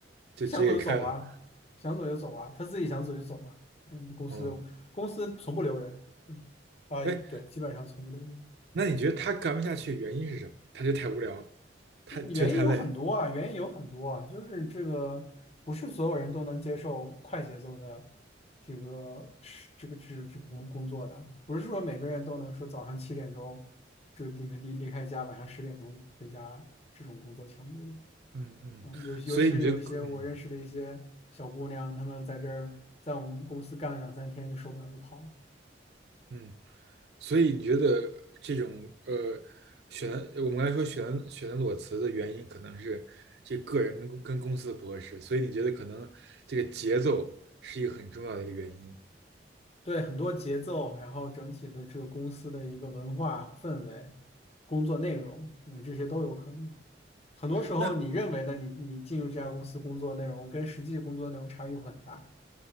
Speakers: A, on the right; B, on the left.
A: 就直接给开了？
B: 想走就走啊，想走就走啊，他自己想走就走啊。嗯，公司公司从不留人，
A: 哦，
B: 嗯啊，
A: 哎，
B: 对，基本上从不留人。
A: 那你觉得他干不下去原因是什么？
B: 嗯，
A: 他觉得太无聊，他觉得太累，
B: 原因有很多啊，原因有很多啊，就是这个不是所有人都能接受快节奏的这个是这个这个这个工工作的，不是说每个人都能说早上七点钟就离开离离开家，晚上十点钟回家这种工作强度的。
A: 嗯嗯，
B: 啊，有尤其是有一些我认识的一些小姑娘，
A: 所以你觉得，嗯
B: 她们在这儿在我们公司干了两三天就受不了就跑了。
A: 嗯，所以你觉得这种呃选我们刚才说选选择裸辞的原因可能是这个人跟公跟公司不合适，所以你觉得可能这个节奏是一个很重要的一个原因。
B: 对，很多节奏，然后整体的这个公司的一个文化氛围、工作内容，我觉得这些都有可能。很多时候，
A: 那
B: 你认为的你你进入这家公司工作内容，跟实际工作内容差异会很大。